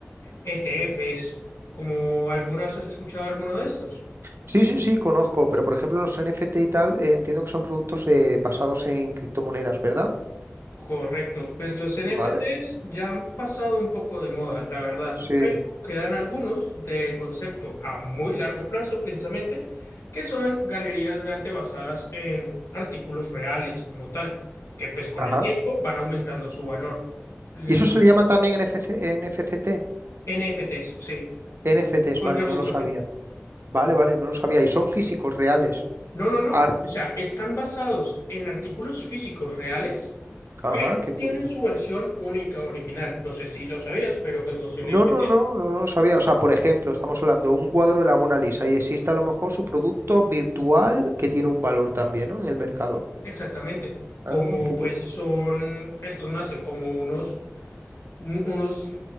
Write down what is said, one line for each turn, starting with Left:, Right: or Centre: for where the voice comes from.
Left: ETFs. ¿Como alguna vez has escuchado alguno de estos?
Right: Sí, sí, sí, conozco, pero por ejemplo los NFT y tal, eh, entiendo que son productos eh, basados en criptomonedas, ¿verdad?
Left: Correcto, pues los NFTs
Right: Vale.
Left: ya han pasado un poco de moda, la verdad,
Right: Sí.
Left: pero quedan algunos de concepto a muy largo plazo precisamente, que son galerías de arte basadas en artículos reales como tal, que pues con
Right: Ajá.
Left: el tiempo van aumentando su valor. Mm,
Right: ¿Y eso se le llaman también NFC, NFCT?
Left: NFTs, sí,
Right: NFTs,
Left: fungible
Right: vale, no lo
Left: token.
Right: sabía. Vale, vale, no lo sabía. Y son físicos reales.
Left: No, no, no,
Right: Arte.
Left: o sea, están basados en artículos físicos reales.
Right: Ajá,
Left: Pero
Right: qué
Left: tienen
Right: curioso.
Left: su versión única original. No sé si lo sabías, pero pues los NFT
Right: No, no, no, no, no lo sabía. O sea, por ejemplo, estamos hablando de un cuadro de la Mona Lisa y existe a lo mejor su producto virtual que tiene un valor también, ¿no? En el mercado.
Left: Exactamente, como
Right: Ah, qué
Left: pues
Right: curioso.
Left: son, estos nacen como unos, unos